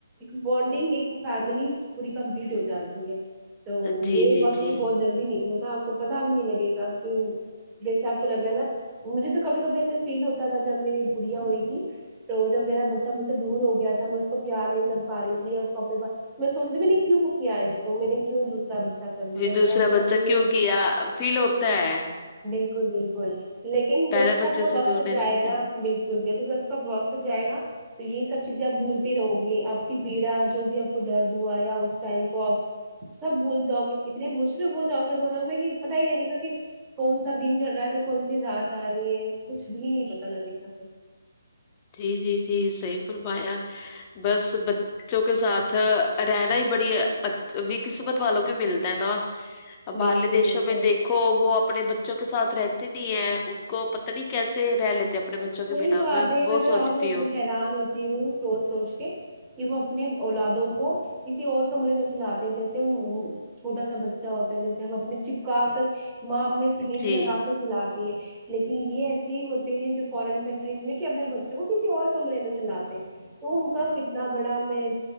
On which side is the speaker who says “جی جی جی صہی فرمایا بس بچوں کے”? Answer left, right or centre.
Left